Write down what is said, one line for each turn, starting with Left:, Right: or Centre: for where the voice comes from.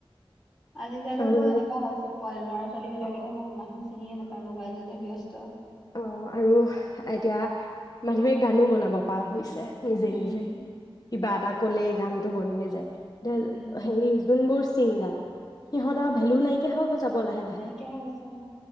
Centre: আজিকালিতো
Left: আৰু
Centre: এনেকুৱা হৈছে প ল'ৰা ছোৱালী বিলাকে
Left: অ
Centre: দেখোন মানুহ চিনিয়ে নাপায় মোবাইলটোতে ব্যস্ত।
Left: অ' আৰু এতিয়া মানুহে গানো বনাব পৰা হৈছে। নিজে
Centre: উম
Left: নিজে কিবা এটা ক'লে গানটো বনিয়ে যায়।
Centre: বনি আছে
Left: হেৰি যোনবোৰ ছিংগাৰ সিহঁতৰ
Centre: অ
Left: ভেলু নাইকিয়া হৈ গৈ যাব লাহে লাহে
Centre: নাইকিয়া হৈ গৈছে উম